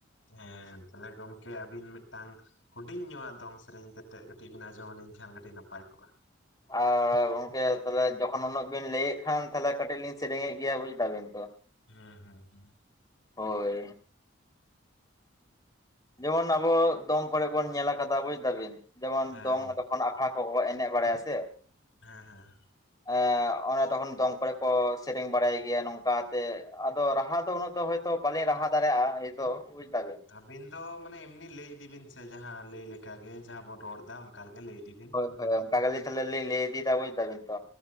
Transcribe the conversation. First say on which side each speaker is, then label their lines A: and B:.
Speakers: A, on the left; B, on the left.
A: ᱦᱮᱸ ᱛᱟᱦᱚᱞᱮ ᱜᱚᱢᱠᱮ ᱟᱹᱵᱤᱱ ᱢᱤᱫᱴᱟᱹᱝ ᱦᱩᱰᱤᱧ ᱧᱚᱜᱼᱟᱜ ᱫᱚᱝ ᱥᱮᱨᱮᱧ ᱠᱟᱛᱮᱜ ᱠᱟᱹᱴᱤᱡ ᱵᱮᱱ ᱟᱸᱡᱚᱢ ᱟᱹᱞᱤᱧ ᱠᱷᱟᱱ ᱠᱟᱹᱴᱤᱡ ᱱᱟᱯᱟᱭ ᱠᱚᱜᱼᱟ᱾
B: ᱟᱨ ᱜᱚᱝᱠᱮ ᱛᱟᱦᱚᱞᱮ ᱡᱚᱠᱷᱚᱱ ᱩᱱᱟᱹᱜ ᱵᱤᱱ ᱞᱟᱹᱭᱮᱫ ᱠᱷᱟᱱ ᱛᱟᱦᱚᱞᱮ ᱠᱟᱹᱴᱤᱡ ᱞᱤᱧ ᱥᱮᱨᱮᱧᱮᱫ ᱜᱮᱭᱟ ᱵᱩᱡᱽ ᱫᱟ ᱵᱤᱱ᱾
A: ᱦᱩᱸ ᱦᱩᱸ ᱦᱩᱸ
B: ᱦᱳᱭ ᱡᱮᱢᱚᱱ ᱟᱵᱚ ᱫᱚᱝ ᱠᱚᱨᱮ ᱵᱚᱱ ᱧᱮᱞ ᱟᱠᱟᱫᱟ ᱵᱩᱡ ᱫᱟᱵᱤᱱ ᱡᱮᱢᱚᱱ
A: ᱦᱮᱸ
B: ᱫᱚᱝ
A: ᱦᱮᱸ
B: ᱡᱚᱠᱷᱚᱱ ᱟᱠᱷᱲᱟᱼᱼ ᱠᱚ ᱮᱱᱮᱡ ᱵᱟᱲᱟᱭᱟ ᱥᱮ
A: ᱦᱮᱸ ᱦᱮᱸ
B: ᱮ ᱚᱱᱮ ᱛᱚᱠᱷᱚᱱ ᱫᱚᱝ ᱠᱚᱨᱮ ᱠᱚ ᱥᱮᱨᱮᱧ ᱵᱟᱲᱟᱭ ᱜᱮᱭᱟ ᱱᱚᱝᱠᱟᱛᱮ ᱟᱫᱚ ᱨᱟᱦᱟ ᱫᱚ ᱩᱱᱟᱹᱜ ᱫᱚ ᱦᱚᱭᱛᱚᱼᱼ ᱛᱚ ᱵᱟᱹᱞᱤᱧ ᱨᱟᱦᱟ ᱫᱟᱲᱮᱭᱟᱜᱼᱟ ᱮ ᱫᱚ ᱵᱩᱡᱽ ᱫᱟ ᱵᱤᱱ
A: ᱟᱵᱤᱱ ᱫᱚ ᱢᱟᱱᱮ ᱮᱢᱱᱤ ᱞᱟᱹᱭ ᱤᱫᱤ ᱵᱤᱱ ᱥᱮ ᱡᱟᱦᱟᱸ ᱞᱟᱹᱭ ᱞᱮᱠᱟ ᱜᱮ ᱡᱟᱦᱟᱸ ᱵᱚᱱ ᱨᱚᱲ ᱮᱫᱟ ᱚᱱᱠᱟᱜᱮ ᱞᱟᱹᱭ ᱤᱫᱤ ᱵᱤᱱ
B: ᱦᱚᱭ ᱚᱱᱠᱟ ᱜᱮ ᱛᱟᱦᱚᱞᱮ ᱞᱤᱧ ᱞᱟᱹᱭ ᱤᱫᱤᱭᱮᱫᱟ ᱵᱩᱡᱽ ᱫᱟ ᱵᱤᱱ ᱛᱚ